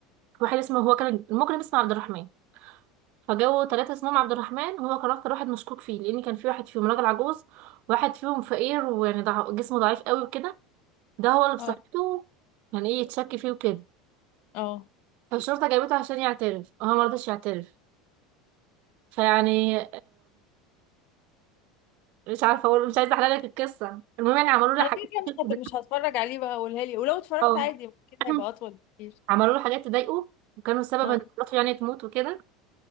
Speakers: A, on the right; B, on the left.
A: واحد اسمه هو كان المجرم اسمه عبد الرحمن فجابوا ثلاثة اسمهم عبد الرحمن وهو كان أكتر واحد مشكوك فيه لأن كان في واحد فيهم راجل عجوز واحد فيهم فقير ويعني ضع- جسمه ضعيف قوي وكده ده هو اللي بصحته
B: اه
A: يعني ايه يتشك فيه وكده
B: اه
A: فالشرطة جابته عشان يعترف وهو مرضاش يعترف فيعني مش عارفه اقول مش عايزه احلل لك القصه المهم يعني عملوا له
B: انا
A: حاجات
B: كده كده
A: كتير
B: مش هت...
A: تضايقه
B: مش هتفرج عليه بقى قولها لي ولو اتفرجت
A: أوي.
B: عادي اكيد
A: <clears throat>
B: هيبقى اطول بكتير
A: عملوا له حاجات تضايقه وكانوا سبب
B: اه
A: ان مراته يعني تموت وكده